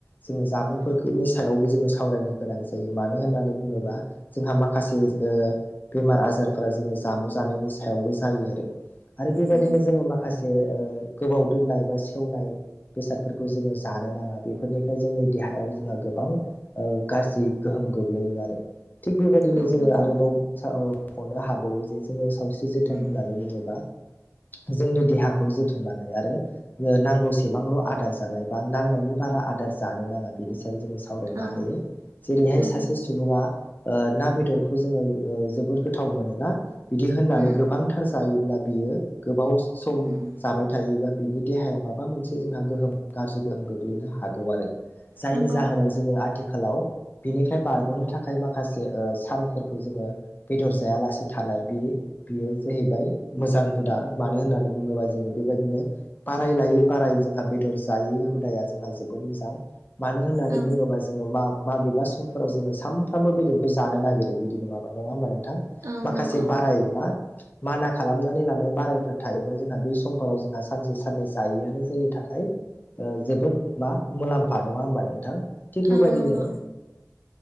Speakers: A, on the left; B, on the right.
A: जोङो जामुंफोरखौनि सायावबो जोङो सावरायनो गोनां जायो। मानो होननानै बुङोबा जोंहा माखासे ओ बेमार आजारफोरा जोङो जामु जानायनि सायाव सायावबो जायो आरो। आरो बेबायदिनो
B: उम
A: जोङो माखासे गोबाव दोननाय बा सेवनाय बेसादफोरखौ जोङो जानो थानो नाङा बेफोरनिफ्राय जोंनि देहायाव जोंहा गोबां गाज्रि गोहोम गोग्लैयो आरो। थिग बेबायदिनो
B: औ
A: जोङो
B: नंगौ
A: आरोबाव साल ओ हाबावो जे जोङो सावस्रि जोथोन
B: उम
A: होननानै बुङोबा जोंनि देहाखौ जोथोन लानाय आरो नांगौसेबांल' आदार जानाय बा नांनायनि बार आ आदार जानो नाङा बेनि सायाव जोङो सावरायनो
B: औ
A: हायो जेरैहाय
B: उम
A: सासे सुबुङा ओ ना बेदरखौ जोङो ओ जोबोद गोथाव मोनोना बिदि होननानै
B: उम
A: गोबांथार जायोब्ला बियो गोबाव सम
B: उम उम
A: जाबाय थायोबा बिनि देहायाव माबा मोनसे जोंहा गोहोम गाज्रि गोहोम गोग्लैनो हागौ आरो जायनि
B: नंगौ
A: जाहोनाव जोङो आ थिखालाव बिनिफ्राय बारग'नो थाखाय माखासे सानफोरखौ जोङो बेदर जायालासे थानाय बे बेयो जाहैबाय मोजां हुदा मानो होननानै बुङोबा जोङो बेबायदिनो बाराय लायै बाराय जोंहा बेदर जायै हुदाया जोंहा जोबोद मोजां मानो होननानै
B: औ
A: बुङोबा जोङो मा। माबेबा समफोराव जोङो सानफ्रामबो बेदरखौ जानो नागिरो बिदि नङाबा नङा होमबा नों थां
B: औ
A: माखासे
B: नंगौ
A: बाराय मा माना खालामनानै लानाय बारायफोर थायोबा जोंहा बे समफोराव जोंहा सानसे साननै जायोआनो जों नि थाखाय ओ जोबोद मा मुलाम्फा नङा होमबा नोंथां थिग बेबायदिनो
B: औ नंगौ